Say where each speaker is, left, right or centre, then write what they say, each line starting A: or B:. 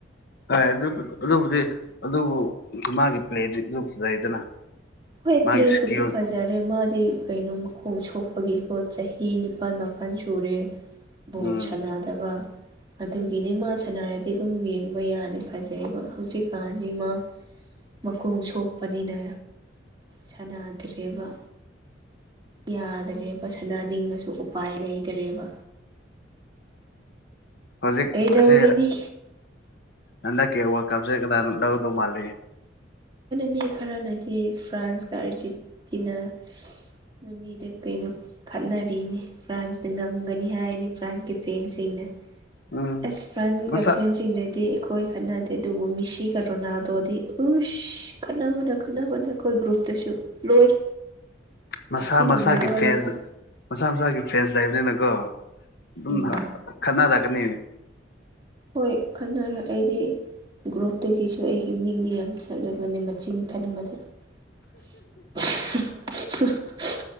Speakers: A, on the left; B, on the right.
A: ꯑꯦ ꯑꯗꯨ ꯑꯗꯨꯕꯨꯗꯤ ꯑꯗꯨꯕꯨ ꯃꯥꯒꯤ ꯄ꯭ꯂꯦꯗꯤ ꯑꯗꯨꯝ ꯐꯖꯩꯗꯅ
B: ꯍꯣꯏ
A: ꯃꯥꯒꯤ
B: ꯄ꯭ꯂꯦꯕꯨꯗꯤ
A: ꯏꯁꯀꯤꯜ
B: ꯐꯖꯔꯦ ꯔꯦ ꯃꯥꯗꯤ ꯀꯩꯅꯣ ꯃꯈꯣꯡ ꯁꯣꯛꯄꯒꯤꯀꯣ ꯆꯍꯤ ꯅꯤꯄꯥꯜ ꯃꯥꯄꯜ ꯁꯨꯔꯦ ꯕꯣꯜ
A: ꯎꯝ
B: ꯁꯥꯟꯅꯗꯕ ꯑꯗꯨꯒꯤꯅꯤ ꯃꯥ ꯁꯥꯟꯅꯔꯗꯤ ꯑꯗꯨꯝ ꯌꯦꯡꯕ ꯌꯥꯅꯤ ꯐꯖꯩꯑꯦꯕ ꯍꯧꯖꯤꯛꯀꯥꯟꯗꯤ ꯃꯥ ꯃꯈꯣꯡ ꯁꯣꯛꯄꯅꯤꯅ ꯁꯥꯟꯅꯗ꯭ꯔꯦꯕ ꯌꯥꯗꯔꯦꯕ ꯁꯅꯥꯅꯤꯡꯉꯁꯨ ꯎꯄꯥꯏ ꯂꯩꯇꯔꯦꯕ
A: ꯍꯧꯖꯤꯛ
B: ꯀꯩꯗꯧꯔꯨꯅꯤ
A: ꯑꯁꯤ ꯍꯟꯗꯛꯀꯤ ꯋꯥꯜ ꯀꯞꯁꯦ ꯀꯅꯥ ꯂꯧꯗꯧ ꯃꯥꯜꯂꯤ
B: ꯃꯤ ꯈꯔꯅꯗꯤ ꯐ꯭ꯔꯥꯟꯁꯀ ꯑꯥꯔꯖꯦꯟꯇꯤꯅꯥ ꯃꯃꯤꯗ ꯀꯩꯅꯣ ꯈꯠꯅꯔꯤꯅꯤ ꯐ꯭ꯔꯥꯟꯁꯅ ꯉꯝꯒꯅꯤ ꯍꯥꯏꯅꯤ ꯐ꯭ꯔꯥꯟꯁꯀꯤ ꯐꯦꯟꯁꯤꯡꯅ
A: ꯎꯝ
B: ꯑꯁ ꯐ꯭ꯔꯟꯒ
A: ꯃꯁꯥ
B: ꯐ꯭ꯔꯦꯟꯁꯤꯡꯗꯗꯤ ꯈꯣꯏ ꯈꯠꯅꯗꯦ ꯑꯗꯨꯕꯨ ꯃꯤꯁꯤꯒ ꯔꯣꯅꯥꯟꯗꯣꯗꯤ ꯎꯁ ꯈꯠꯅꯕꯗ ꯈꯠꯅꯕꯗ ꯑꯈꯣꯏ ꯒ꯭ꯔꯨꯞꯇꯁꯨ ꯂꯣꯏꯔꯦ
A: ꯃꯁꯥ
B: ꯑꯩꯅ
A: ꯃꯁꯥꯒꯤ
B: ꯃꯔꯣꯜ
A: ꯐꯦꯟꯁ
B: ꯑꯃ
A: ꯃꯁꯥ ꯃꯁꯥꯒꯤ ꯐ꯭ꯔꯦꯟꯁ ꯂꯩꯕꯅꯤꯅꯀꯣ ꯑꯗꯨꯝ
B: ꯎꯝ
A: ꯈꯠꯅꯔꯛꯀꯅꯤ
B: ꯍꯣꯏ ꯈꯟꯅꯔꯣꯏ ꯑꯩꯗꯤ ꯒ꯭ꯔꯨꯞꯇꯒꯤꯁꯨ ꯑꯩꯒꯤ ꯃꯤꯡꯗꯤ ꯌꯥꯝ ꯆꯠꯂꯕꯅꯦ ꯃꯆꯤꯟ ꯀꯟꯕꯗ <unintelligible>